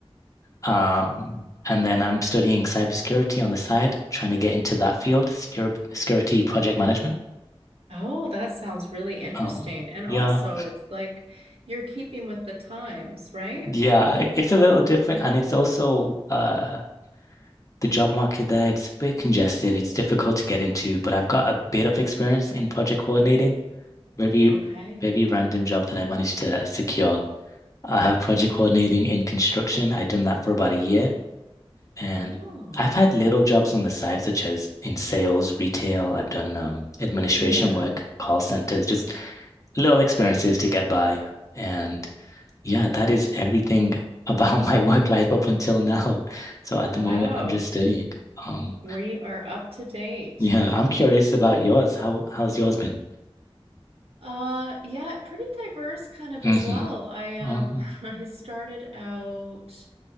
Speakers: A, on the left; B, on the right.
A: Um, and then I'm studying cybersecurity on the side, trying to get into that field, secure, security project management.
B: Oh, that sounds really interesting.
A: Um,
B: And
A: yeah,
B: also, it's like you're keeping with the times, right?
A: yeah, it- it's a little different,
B: You know?
A: and it's also uh, the job market there. It's a bit congested. It's difficult to get into, but I've got a bit of experience in project coordinating. Very,
B: Okay.
A: very random job that I managed to secure. I have project coordinating in construction. I've done that for about a year. And
B: Oh.
A: I've had little jobs on the side, such as in sales, retail. I've done um, administration
B: Yeah.
A: work, call centers, just little experiences to get by. And yeah, that is everything <laughs> about my work life up until now. So at
B: Wow.
A: the moment, I'm just studying. Um,
B: We are up to date.
A: yeah, I'm curious about yours. How how's yours been?
B: Uh, yeah, pretty diverse kind of
A: hmm
B: as well. I
A: hmm
B: um <laughs> I started out